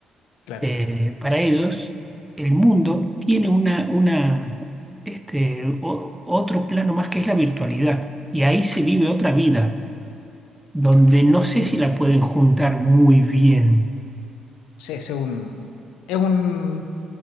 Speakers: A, on the left (about 85°); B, in the centre.
A: Claro,
B: eh, para ellos, el mundo tiene una, una, este, o- otro plano más que es la virtualidad. Y ahí se vive otra vida, donde
A: claro.
B: no sé si la pueden juntar muy bien.
A: Sí, ese es un... Es un,